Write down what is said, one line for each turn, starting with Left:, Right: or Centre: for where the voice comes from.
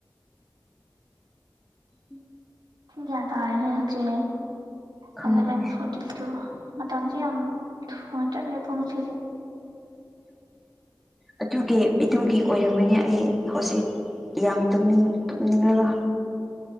Centre: ꯎꯝ
Right: ꯌꯥ ꯇ ꯑꯔꯤꯁꯦ
Centre: ꯈꯪꯗꯦ
Right: ꯑꯦꯂꯚꯦꯟ ꯐꯣꯔꯇ ꯇꯨ ꯃꯇꯝꯁꯦ ꯌꯥꯝ ꯊꯨꯅ ꯆꯠꯂꯦ ꯄꯨꯡꯁꯤꯁꯦ
Centre: ꯑꯗꯨꯒꯤ ꯑꯗꯨꯒꯤ ꯑꯣꯏꯔꯝꯒꯅꯤ ꯑꯩ ꯍꯧꯖꯤꯛ ꯌꯥꯝꯅꯤꯡ ꯇꯨꯝꯅꯤꯡꯉꯒ